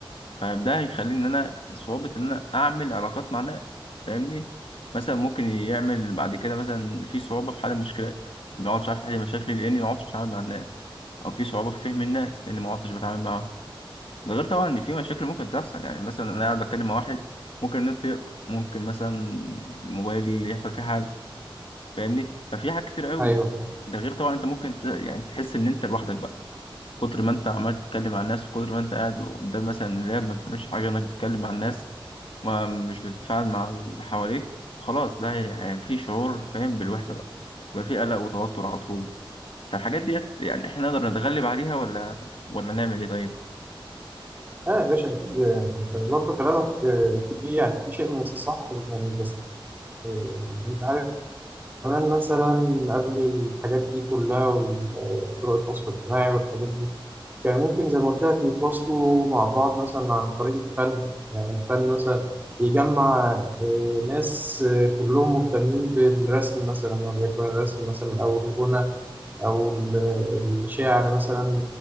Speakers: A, on the left; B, on the right.
A: فده هيخلي ان انا صعوبة ان انا اعمل علاقات مع الناس فاهمني مثلا ممكن يعمل بعد كده مثلا في صعوبة في حل المشكلات ما اقعدش عارف احل مشاكلي لاني ما اقعدش بتعامل مع الناس او في صعوبة في فهم الناس لاني ما اقعدش بتعامل معاهم ده غير طبعا ان في مشاكل ممكن تحصل يعني مثلا انا قاعد بتكلم مع واحد ممكن النت يقطع ممكن مثلا الموبايل اللي يحصل فيه حاجة فاهمني ففي حاجات كتير قوي
B: أيوه
A: ده غير طبعا انت ممكن ت... يعني تحس ان انت لوحدك بقى كتر ما انت عمال تتكلم مع الناس وكتر ما انت قاعد قدام مثلا اللاب ما بتعملش حاجه انك تتكلم مع الناس ما مش بتتفاعل مع اللي حواليك خلاص ده هي- هي- في شعور فاهم بالوحده بقى بقى في قلق وتوتر على طول فالحاجات ديت يعني احنا نقدر نتغلب عليها ولا ولا نعمل ايه طيب
B: اه يا باشا أكيد يعني أنت برضه كلامك آه، فيه يعني في شيء من الصح يعني بس آه، يعني أنت عارف كمان مثلا قبل الحاجات دي كلها وطرق التواصل الاجتماعي والحاجات دي كان ممكن زي ما قلت لك يتواصلوا مع بعض مثلا عن طريق الفن يعني الفن مثلا يجمع آه، ناس آه، كلهم مهتمين بالرسم مثلا وليكن الرسم مثلا أو الغنى أو ال- الشعر مثلا